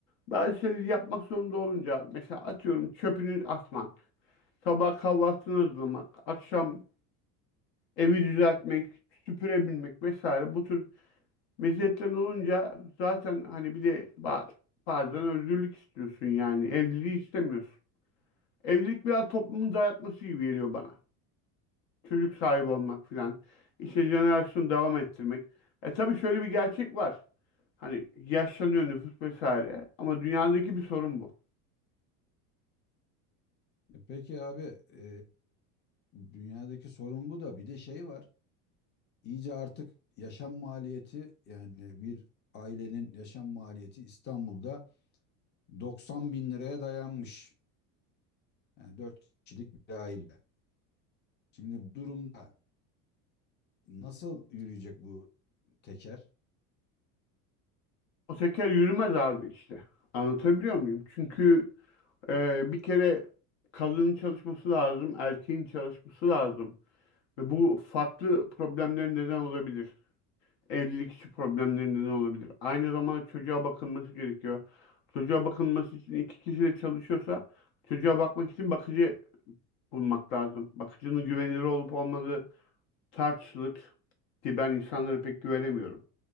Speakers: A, on the left; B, on the left.
A: Bazı şeyleri yapmak zorunda olunca mesela atıyorum çöpünü atmak, sabah kahvaltını hazırlamak, akşam evi düzeltmek, süpürebilmek vesaire bu tür Meziyetlerin olunca zaten hani bir de ba- bazen özgürlük istiyorsun yani. Evliliği istemiyorsun. Evlilik biraz toplumun dayatması gibi geliyor bana. Çocuk sahibi olmak filan. İşte jenerasyonu devam ettirmek. E tabii şöyle bir gerçek var. Hani yaşlanıyor nüfus vesaire. Ama dünyadaki bir sorun bu.
B: E Peki abi e, dünyadaki sorun bu da bir de şey var. İyice artık yaşam maliyeti yani bir ailenin yaşam maliyeti İstanbul'da 90 bin liraya dayanmış. Yani 4 kişilik bir aile. Şimdi bu durumda Nasıl yürüyecek bu teker?
A: O teker yürümez abi işte. Anlatabiliyor muyum? Çünkü e, bir kere kadının çalışması lazım, erkeğin çalışması lazım. Ve bu farklı problemlerin neden olabilir. Evlilik içi problemlerinde ne olabilir? Aynı zamanda çocuğa bakılması gerekiyor. Çocuğa bakılması için iki kişi de çalışıyorsa çocuğa bakmak için bakıcı bulmak lazım. Bakıcının güvenilir olup olmadığı tartışılır ki ben insanlara pek güvenemiyorum.